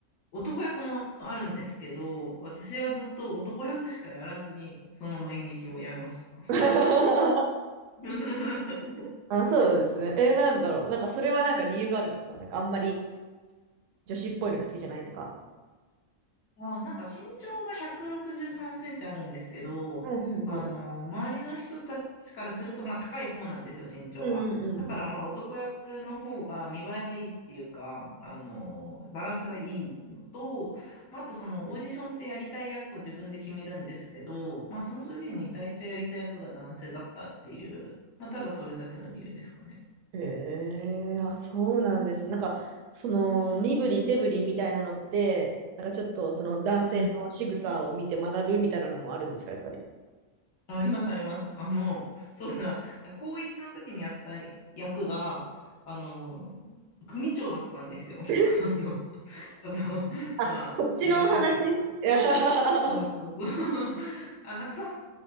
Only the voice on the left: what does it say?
男役もあるんですけど、私はずっと男役しかやらずに、そのまま演劇をやめました。
<laughs>
あ、なんか身長が163センチあるんですけど、
あの、周りの人たちからすると、まあ高い方なんですよ、身長が。
だからまあ男役の方が見栄えがいいっていうか、あの、バランスがいいのと、まああとそのオーディションってやりたい役を自分で決めるんですけど、まあその時に大体やりたい役が男性だったっていう、まあただそれだけの理由ですかね。
うん。
あ、あります、あります。あの、そうだ、高一の時にやった役が、あの、組長だったんですよ。<laughs>
あの、ちょっと、
まあ、
裏社会の。
そうそうそう。<laughs> あ、なんかその、